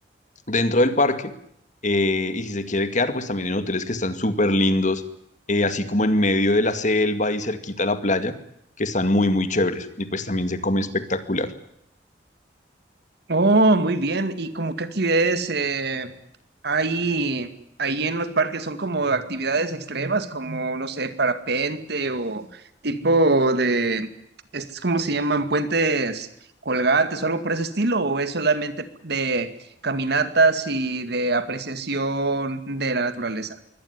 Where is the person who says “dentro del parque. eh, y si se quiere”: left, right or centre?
Left